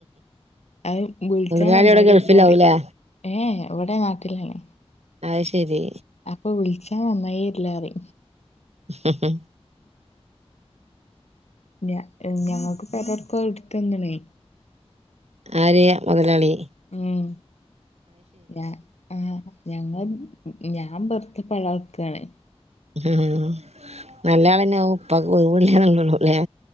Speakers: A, on the left; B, on the right.
A: അഹ് വിളിച്ചാൻ
B: മുതലാളി
A: <unintelligible>
B: അവിടെ ഗൾഫിലാവൂലേ
A: ഏഹ് ഇവിടെ നാട്ടിലാണ്
B: അയ് ശരി
A: അപ്പൊ വിള്ച്ചാ നന്നായില്ലറിം
B: ഹ് ഹ്
A: ഞ ഞങ്ങക്ക് പെരട്ക്കട്ത്തന്ന്ണേ
B: ആര് മോതലാളി
A: ഉം ഞാ ആഹ് ഞങ്ങ ഞാൻ പെറ്ത പളിആൾക്കാണ്
B: ആഹ് നല്ലയാളന്നെ ഉപ്പാക് <unintelligible> ല്ലേ